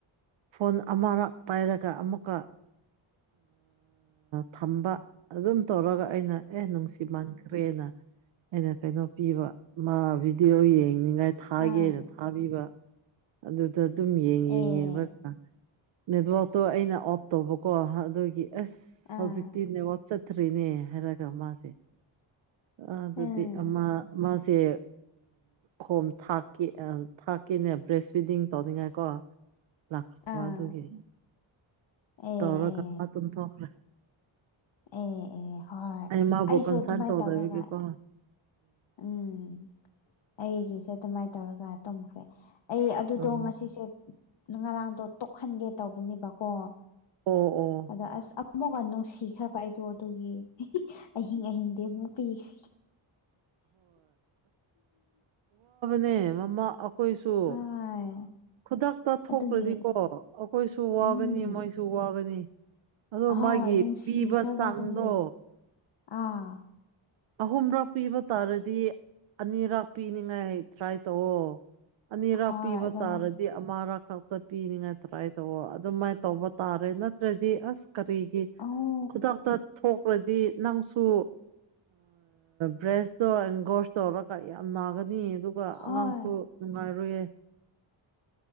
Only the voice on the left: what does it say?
ꯑꯥ
ꯑꯦ
ꯑꯥ
ꯎꯝ
ꯑꯥ
ꯑꯦ
ꯑꯦ
ꯑꯦ ꯑꯦ ꯍꯣꯏ
ꯑꯩꯁꯨ
ꯑꯗꯨꯃꯥꯏꯅ
ꯇꯧꯔꯒ ꯎꯝ ꯑꯩꯒꯤꯁꯦ ꯑꯗꯨꯃꯥꯏꯅ ꯇꯧꯔꯒ ꯇꯨꯝꯈ꯭ꯔꯦ ꯑꯩ ꯑꯗꯨꯗꯣ
ꯉꯁꯤꯁꯦ ꯉꯔꯥꯡꯗꯣ ꯇꯣꯛꯍꯟꯒꯦ ꯇꯧꯕꯅꯦꯕꯀꯣ
ꯑꯗ ꯑꯁ ꯑꯃꯨꯛꯀ ꯅꯨꯡꯁꯤꯈ꯭ꯔꯕ ꯑꯩꯗꯣ ꯑꯗꯨꯒꯤ ꯑꯍꯤꯡ ꯑꯍꯤꯡꯗꯤ ꯑꯃꯨꯛ ꯄꯤꯈ꯭ꯔꯦ
ꯍꯣꯏ
ꯑꯗꯨꯒꯤ
ꯎꯝ
ꯍꯣꯏ
ꯅꯨꯡꯁꯤꯈ꯭ꯔꯕ
ꯑꯗꯨꯒꯤ ꯑꯥ
ꯍꯣꯏ
ꯑꯗꯨꯒ
ꯑꯣ
ꯍꯣꯏ